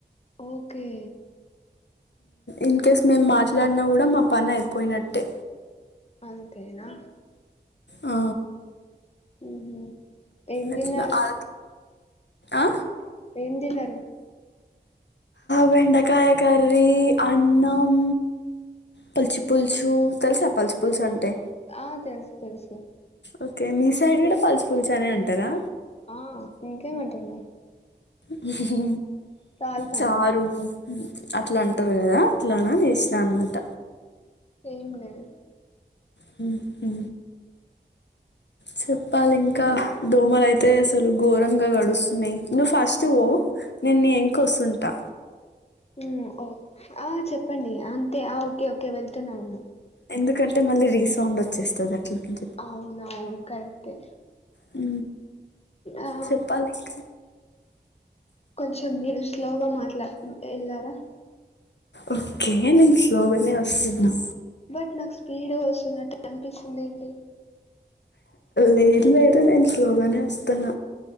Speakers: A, on the left (about 35°); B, on the left (about 75°).
A: ఓకే
B: ఇన్ కేేస్ మేము మాట్లాడినా కూడా మా పని అయిపోయినట్టే
A: అంతే నా
B: ఆ
A: ఉహు ఏం
B: అట్లా
A: తిన్నారు
B: ఆ ఆ.
A: ఏం తిన్నారు.
B: బెండకాయ కర్రీ అన్నం పచ్చిపులుసు తెలుసా పచ్చిపులుసు అంటే.
A: ఆ తెలుసు తెలుసు.
B: ఓకే మీ సైడ్ కూడా పచ్చి పులుసే అనే అంటారా.
A: ఆ ఇంకే మీ అంటారు మరి.
B: హుహు.
A: తాలిపంటనా
B: చారు అట్లా అంటారు కదా అట్లాన చేసిన అన్నమాట.
A: ఏం లేదు.
B: హు హు చెప్పాలి ఇంకా దోమలు అయితే. తే అసలు ఘోరంగాగా గడుస్తున్నాయి. నువ్వు ఫస్ట్
A: అవును
B: వో నేను ఎం. కోసుంటా.
A: ఊ ఓ ఆ చెప్పండి అం. తే ఓకే ఓకే వెళ్తున్నా నేను.
B: ఎందుకంటే మళ్ళీ రీసౌండ్ వచ్చేస్తుంది అట్లా. అని
A: అవును అవును కరెక్టే
B: హు
A: ఆ
B: చెప్పాలి ఇంకా.
A: కొంచం మీరు స్లోగా మాట్లా వెళ్లారా.
B: ఓకే నేను స్లోగానే వస్తున్న. నా.
A: బట్ నాకు స్పీడ్ వస్తున్నట్టు అనిపిస్తుంది ఏంది.
B: లేదు లేదు నేను స్లోగానే వస్తున్న.